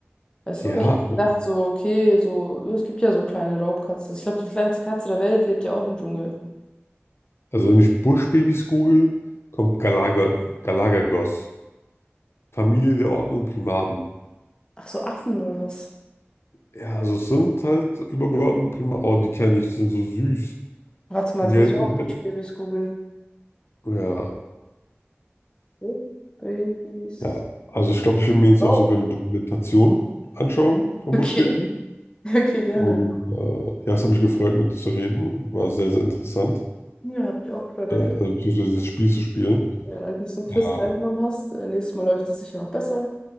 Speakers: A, on the left (about 20°); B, on the left (about 70°).
A: Weißt
B: ja,
A: du, weil ich hätte gedacht, so, okay, so, es gibt ja so kleine Raubkatzen. Ich glaube, die kleinste Katze der Welt lebt ja auch im Dschungel.
B: also wenn ich Buschbabys google, kommt Galaga, Galagagos, Familie der Ordnung Primaten.
A: Ach so, Affen oder was?
B: Ja, also es sind halt übergeordnet prima. Oh, die kenne ich, die sind so süß.
A: Warte mal,
B: Und
A: jetzt
B: die helfen.
A: muss ich auch Buschbabys googeln.
B: Ja,
A: Buschbabys.
B: ja. Also ich glaube, ich will mir jetzt
A: Oh,
B: auch sogar eine Dokumentation anschauen von
A: okay,
B: Buschbaby.
A: <laughs> okay, gerne.
B: Und äh, ja, es hat mich gefreut, mit dir zu reden. War sehr, sehr interessant.
A: Ja, hab ich auch gefreut,
B: Äh,
A: danke.
B: also beziehungsweise dieses Spiel zu spielen.
A: Ja, danke, dass du am Quiz
B: Ja,
A: teilgenommen hast. Äh, nächstes Mal läuft es sicher noch besser.